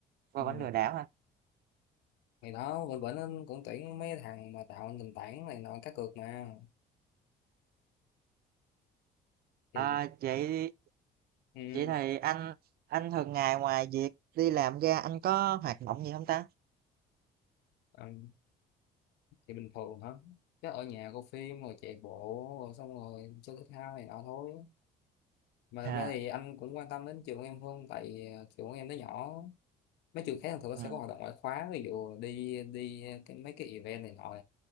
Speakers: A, on the right (about 65°); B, on the left (about 85°).
A: qua
B: ừ.
A: bển lừa đảo hả
B: thì đó bên bển nó cũng tuyển mấy thằng mà tạo nền tảng này nọ cá cược mà thì
A: à, chị
B: ừ,
A: chị thì anh anh thường ngày ngoài việc đi làm ra anh có hoạt động gì không ta
B: ừ, thì bình thường hả chứ ở nhà coi phim rồi chạy bộ rồi xong rồi chơi thể thao này nọ thôi mà
A: à
B: thực ra thì anh cũng quan tâm đến trường của em hơn tại ờ, trường của em nó nhỏ mấy trường khác thường nó
A: ừ.
B: sẽ có hoạt động ngoại khóa ví dụ đi đi cái, mấy cái event này nọ